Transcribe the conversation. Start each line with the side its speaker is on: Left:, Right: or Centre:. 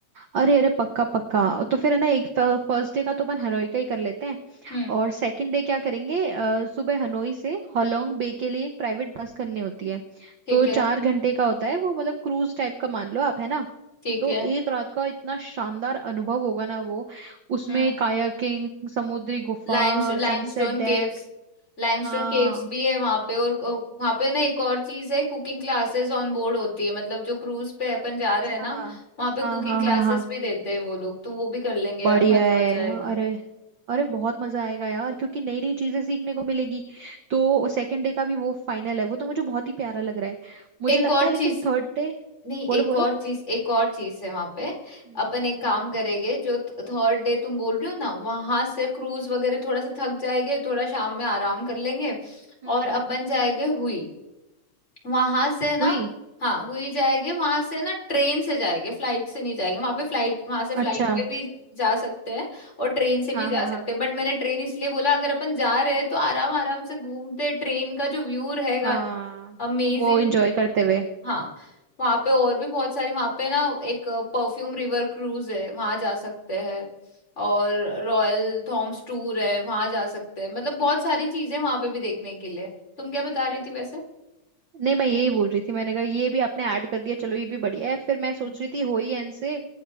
Right: अरे अरे पक्का पक्का तो फिर है ना एक फर्स्ट डे का तो अपन हनोई का ही कर लेते हैं
Left: हम्म
Right: और सेकंड डे क्या करेंगे अ, सुबह हनोई से होलोंग बे के लिए एक प्राइवेट बस करनी होती है
Left: ठीक
Right: तो
Left: है
Right: चार घंटे का होता है वो मतलब क्रूज टाइप का मान लो आप है ना
Left: ठीक
Right: तो
Left: है
Right: एक रात का इतना शानदार अनुभव होगा ना वो उसमें
Left: हम्म
Right: कायाकिंग समुद्री गुफा
Left: Limes limestone
Right: सनसेट डेक
Left: caves limestone
Right: हाँ
Left: caves भी है वहां पे और वहां पे ना एक और चीज है कुकिंग क्लासेस ऑन बोर्ड होती है मतलब जो क्रूज पे अपन जा
Right: अच्छा
Left: रहे हैं ना
Right: हाँ
Left: वहां पे कुकिंग
Right: हाँ
Left: क्लासेस
Right: हाँ हाँ
Left: भी देते हैं वो लोग तो वो भी कर लेंगे यार
Right: बढ़िया
Left: मजा
Right: है
Left: आ जाएगा
Right: अरे अरे बहुत मजा आएगा यार क्योंकि नई नई चीजें सीखने को मिलेगी तो सेकंड डे का भी वो फाइनल है वो तो मुझे बहुत ही प्यारा लग रहा है मुझे
Left: एक
Right: लगता
Left: और
Right: है
Left: चीज
Right: लेकिन थर्ड डे
Left: नहीं
Right: बोलो
Left: एक
Right: बोलो
Left: और चीज एक और चीज है वहां पे
Right: हम्म
Left: अपन एक
Right: हम्म
Left: काम करेंगे जो थर्ड डे तुम बोल रहे हो ना वहां से क्रूज वगैरह थोड़ा सा थक जाएंगे थोड़ा शाम में आराम कर लेंगे
Right: हम्म
Left: और
Right: हम्म,
Left: अपन
Right: हम्म।
Left: जाएंगे हुई वहां से ना
Right: हुई
Left: हाँ हुई जाएगी वहां से ना ट्रेन से जाएंगे फ्लाइट से नहीं जाएंगे वहां पे फ्लाइट वहां से फ्लाइट
Right: अच्छा
Left: पे भी जा सकते हैं और ट्रेन से भी
Right: हाँ
Left: जा
Right: हाँ
Left: सकते
Right: हाँ
Left: हैं बट मैंने ट्रेन इसलिए बोला अगर अपन जा रहे हैं तो आराम आराम से घूमते ट्रेन का जो व्यू रहेगा
Right: हाँ
Left: ना अमेजिंग
Right: वो एंजॉय करते हुए
Left: हाँ वहां पे और भी बहुत सारे वहां पे ना एक परफ्यूम रिवर क्रूज है वहां जा सकते हैं और रॉयल थॉम्स टूर है वहां जा सकते हैं मतलब बहुत सारी चीजें वहां पे भी देखने के लिए तुम क्या बता रही थी वैसे
Right: नहीं मैं यही बोल रही थी मैंने कहा ये भी आपने ऐड कर दिया चलो ये भी बढ़िया है फिर मैं सोच
Left: हम्म।
Right: रही थी होई एन से